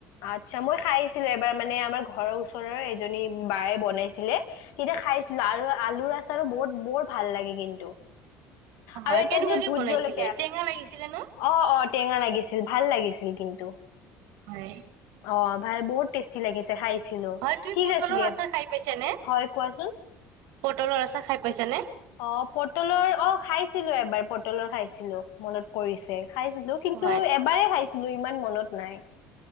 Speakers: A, on the left; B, on the right.
A: আচ্ছা, মই খাইছিলো এবাৰ মানে আমাৰ ঘৰৰ ওচৰৰ এজনী বায় বনাইছিলে। তেতিয়া খাইছিলো
B: হয়
A: আৰু আলু <unintelligible> বৰ ভাল লাগে কিন্তু।
B: হয়
A: আৰু এটা
B: কেনেকুৱাকে
A: যে ভোত
B: বনাইছিলে
A: জলকীয়া,
B: টেঙা লাগিছিলে ন
A: অ' অ' টেঙা লাগিছিল। ভাল লাগিছিল কিন্তু
B: হয়।
A: অ' ভাল, বহুত টেষ্টি লাগিছে খাই। <unintelligible>
B: হয় তুমি
A: ঠিক
B: পটলৰ
A: আছে দিয়া।
B: আচাৰ খাই পাইছানে
A: হয় কোৱাচোন।
B: পটলৰ আছাৰ খাই পাইছানে
A: অ' পটলৰ, অ' খাইছিলো এবাৰ। এবাৰ পটলৰ খাইছিলো মনত পৰিছে। খাইছিলো, কিন্তু
B: হয়
A: এবাৰেই খাইছিল। লো ইমান মনত নাই